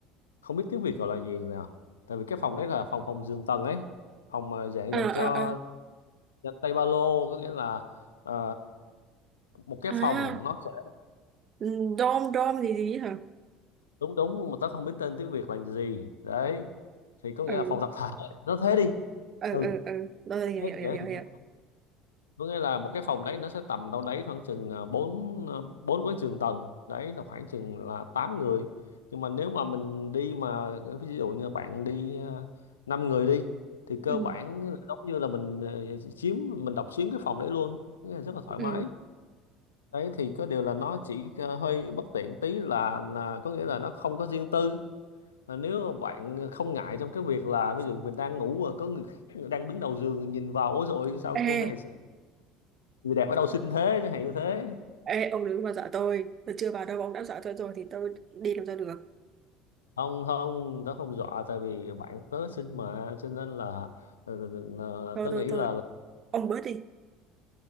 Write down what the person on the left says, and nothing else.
không biết tiếng Việt gọi là gì nào tại vì cái phòng đấy là phòng phòng giường tầng ấy phòng mà dạng
dành
cho
dành tay ba lô có nghĩa là à, một cái
phòng nó sẽ
đúng đúng mà tớ không biết tên tiếng Việt là gì đấy thì có
nghĩa là phòng tập thể nó thế đi
ừ
thế
dễ
hình
dung có nghĩa là một cái phòng đấy nó sẽ tầm đâu đấy khoảng chừng à, bốn à, bốn cái giường tầng đấy là khoảng chừng là 8 người nhưng mà nếu mà mình đi mà ờ, ví dụ như bạn đi à, năm người đi thì cơ
bản là giống như là mình à, chiếm mình độc chiếm cái phòng đấy luôn Có nghĩa là rất là thoải
mái đấy thì có điều là nó chỉ à, hơi bất tiện tí là là có nghĩa là nó không có riêng tư À, nếu mà bạn không ngại trong cái việc là ví dụ mình đang ngủ và có người khác đang đứng đầu giường nhìn vào ôi rồi sao
cô này người đẹp ở đâu xinh thế chẳng hạn như thế
không không tớ không dọa tại vì bạn tớ xinh mà cho nên là ờ, ờ, ờ, ờ,
tớ
nghĩ là